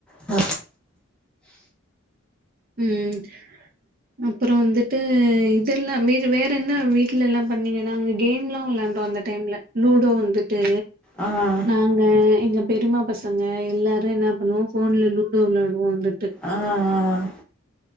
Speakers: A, in the centre; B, on the right (about 40°).
A: அ
B: ம் அப்றோ வந்துட்டு இதுல்லா வேறு வேற என்ன வீட்லல்லா பண்ணீங்க நாங்க கேம்லா வெளையாண் டோ அந்த டைம்ல லூடோ வந்துட்டு
A: ஆ அ
B: நாங்க எங்க பெரிமா பசங்க எல்லாரு என்னா பண்ணுவோ ஃபோன்ல லூடோ வெளயாடுவோ வந்துட்டு
A: ஆ ஆ